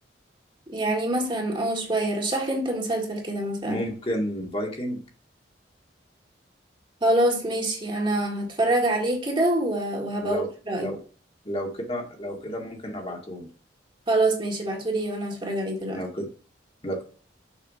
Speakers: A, on the right; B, on the left.
A: يعني مثلا اه شوية رشح لي انت مسلسل كده مثلا
B: ممكن فايكنج
A: خلاص ماشي انا هتفرج عليه كده و- وهبقول
B: لو
A: رأيي
B: لو لو كده لو كده ممكن أبعتهولي
A: خلاص ماشي ابعتولي وانا هتفرج عليه دلوقتي
B: لو كده لو